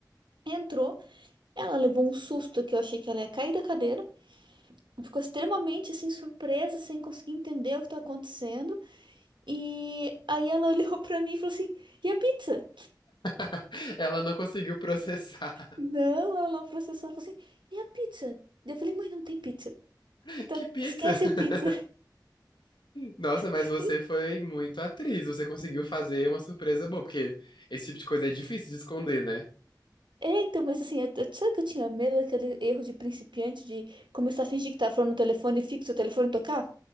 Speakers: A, on the right; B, on the left.
A: entrou. Ela levou um susto que eu achei que ela ia cair da cadeira. Ficou extremamente assim surpresa, sem conseguir entender o que tá acontecendo. E aí ela olhou <laughs> para mim e falou assim: "E a pizza?"
B: <laughs> Ela não conseguiu processar.
A: Não, ela não processou. Ela falou assim, e a pizza? Eu falei, mãe, não tem pizza.
B: <laughs>
A: Tá,
B: Que pizza!
A: esquece
B: <laughs>
A: a pizza.
B: Nossa, mas
A: <laughs>
B: você foi muito atriz. Você conseguiu fazer uma surpresa boa, porque esse tipo de coisa é difícil de esconder, né?
A: É, então, mas assim, eu, eu, sabe que eu tinha medo daquele erro de principiante de começar a fingir que tá falando no telefone fixo, o telefone tocar?